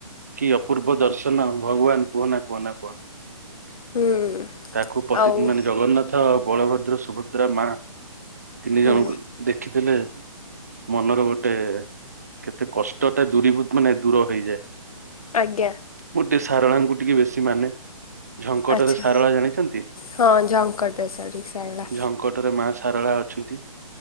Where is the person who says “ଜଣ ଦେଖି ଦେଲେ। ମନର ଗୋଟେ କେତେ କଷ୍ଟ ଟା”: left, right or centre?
Right